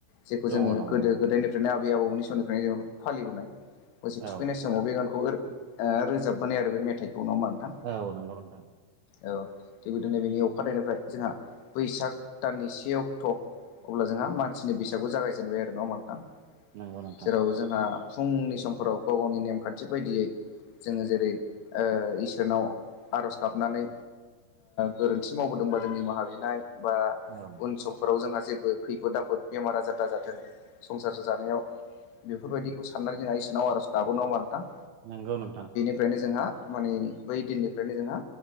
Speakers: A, on the left (about 85°); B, on the right (about 75°).
A: जेखौ
B: दङ
A: जोङो
B: दङ नोंथां
A: गोदो गोदायनिफ्राय बेनिनो आबै आबौमोननि समनिफ्रायनो जेन फालिबोनाय बसे
B: औ
A: थुखैनाय समाव बे गानखौ रोजाब माने आरो बे मेथाइखौ नङा होनबा नोंथां
B: औ नंगौ नोंथां
A: औ थिगदिनै बेनि अखाानायनायनिफ्राय जोंहा बैसाग दाननि से अक्ट' अब्ला जोंहा मानसिनि बैसागखौ जागायजेनबाय आरो नङा होनबा नोंथां
B: नंगौ नोंथां
A: जेराव जोंहा फुंनि समफोराव गाव गावनि नेमखान्थि बायदियै जोङो जेरै इसोरनाव आर'ज गाबनानै गोरोन्थि मावबोदोंबा जोंनि निमाहाबिनाय बा
B: औ
A: उन सम फोराव जोंहा जेबो खैफोद आफोद बेमार आजार दाजाथों संसार जानायाव बेफोरबायदिखौ साननानै जोंहा इसनाव आर'ज गाबो नङा होनबा नोंथां
B: नंगौ नोंथां
A: निफ्रायनो जोंहा माने बै दिननिफ्रायनो जोंहा